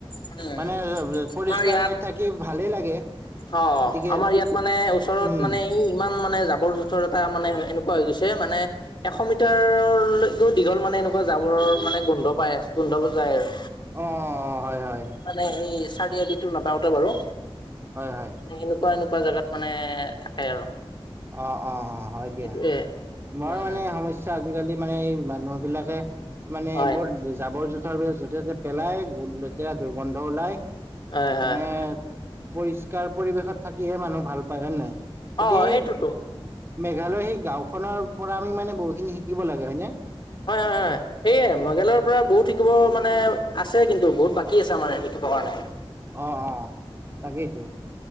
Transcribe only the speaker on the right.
মানে পৰিষ্কাৰ
ঠাইত থাক ভালেই লাগে।
গতিকে
উম
অ' অ' হয়, হয়।
হয় হয়।
অ' অ' হয় দিয়া,
মই
মানে সমস্যা আজিকালি মানে এই মানুহ বিলাকে, মানে
বৰ জাবৰ জো তাৰ পিছত য'তে ত'তে পেলাই, লেতেৰা দুৰ্গন্ধ ওলায়,
মানে
পৰিষ্কাৰ পৰিৱেশত থাকিহে মানুহ ভাল পায় হয় নাই, গোটেই
মেঘালয় সেই গাওঁখনৰ পৰা আমি মানে বহুতখিনি শিকিব লাগে, হয় নে?
অ' অ' তাকেইতো।